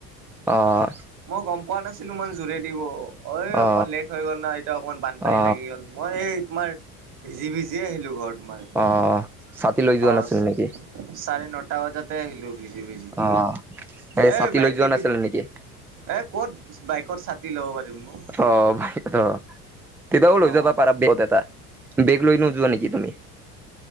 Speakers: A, in the centre; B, on the right.
A: অ অ
B: মই গম পোৱা নাছিলোঁ ইমান জোৰে দিব ঐ
A: অ
B: অকন লেট হৈ গ'ল না এতিয়া অকমান বানপানী
A: অ
B: লাগি গ'ল। মই এই তোমাৰ ভিজি ভিজিয়ে আহিলোঁ ঘৰ তোমাৰ।
A: অ অ ছাতি লৈ যোৱা
B: অ
A: নাছিল নেকি?
B: চাৰে নটা বজাতে আহিলোঁ ভিজি ভিজি
A: অ এ
B: এই
A: ছাতি
B: বাইকে
A: লৈ যোৱা নাছিলা
B: দি।
A: নেকি?
B: এ ক'ত বাইকত ছাতি ল'ব পাৰিম ঔ।
A: অ অ ভাগ্য কেতিয়াবা লৈ
B: অ
A: যাবা পাৰা বেগত এটা বেগ লৈ নোযোৱা নেকি তুমি?